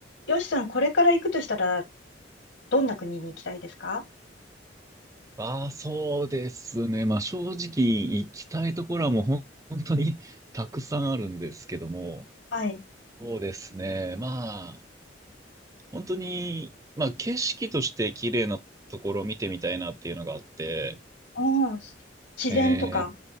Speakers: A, on the left; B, on the right.
A: よしさん、これから行くとしたら、どんな国に行きたいですか
B: ああ、そうですね。まあ正直行きたいところはもうほん本当にたくさんあるんですけども、
A: はい。
B: そうですね。まあ本当に、まあ景色として綺麗なところを見てみたいなっていうのがあって、
A: おー、し自然とか。
B: えー